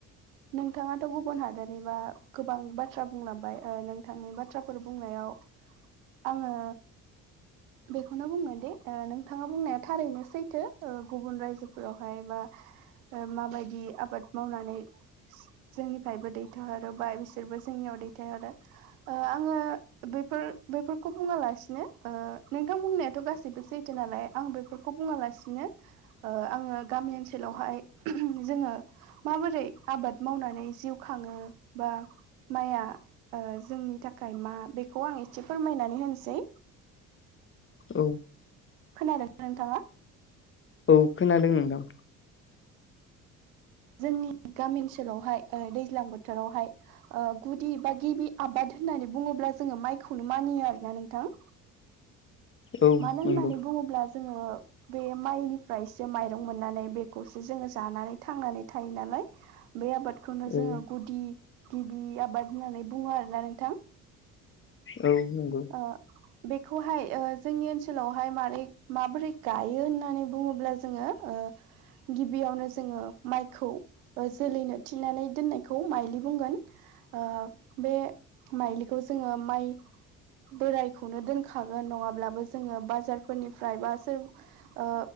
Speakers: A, on the right; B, on the left.
A: नोंथाङाथ' गुबुन हादरनिबा गोबां बाथ्रा बुंलांबाय ओ नोंथांनि बाथ्राफोर बुंनायाव आङो बेखौनो बुंगोन दे ओ नोंथाङा बुंनाया थारैनो सैथो ओ गुबुन रायजोफोरावहाय बा ओ माबायदि आबाद मावनानै जोंनिफ्रायबो दैथायहरो बा बिसोरबो जोंनियाव दैथायहरो। ओ आङो बेफोर बेफोरखौ बुङालासिनो ओ नोंथां बुंनायाथ' गासैबो सैथो नालाय आं बेफोरखौ बुङालासिनो ओ आङो गामि ओनसोलावहाय जोङो माबोरै आबाद मावनानै जिउ खाङो बा माइया ओ जोंनि थाखाय मा बेखौ आं एसे फोरमायनानै होनोसै
B: औ
A: खोनादोंना नोंथाङा?
B: औ खोनादों नोंथां।
A: जोंनि गामि ओनसोलावहाय ओ दैज्लां बोथोरावहाय ओ गुदि बा गिबि आबाद होननानै बुङोब्ला जोङो माइखौनो मानियो आरोना नोंथां?
B: औ
A: मानो
B: नंगौ
A: होननानै बुङोब्ला जोङो बे माइनिफ्रायसो माइरं मोननानै बेखौसो जोङो जानानै थांनानै थायो नालाय। बे आबादखौनो
B: औ
A: जोङो गुदि गिबि आबाद होननानै बुङो आरोना नोंथां?
B: औ नोंगौ।
A: ओ बेखौहाय ओ जोंनि ओनसोलावहाय मारै माबोरै गायो होननानै बुङोब्ला जोङो ओ गिबियावनो जोङो माइखौ ओ जोलैनो थिनानै दोननायखौ माइलि बुंगोन। ओ बे माइलिखौ जोङो माइ बोरायखौनो दोनखागोन नङाब्लाबो जोङो बाजारफोरनिफ्राय बा सोर ओ